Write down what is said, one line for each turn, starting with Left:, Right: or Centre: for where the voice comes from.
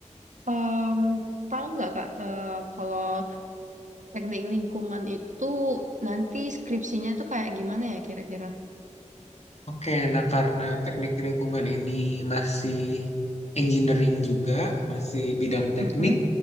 Right: em, tahu nggak kak eh, kalau teknik lingkungan itu nanti skripsinya tuh kayak gimana ya kira-kira?
Left: Oke, nah karena teknik lingkungan ini masih engineering juga, masih bidang teknik,
Right: Mm-mm.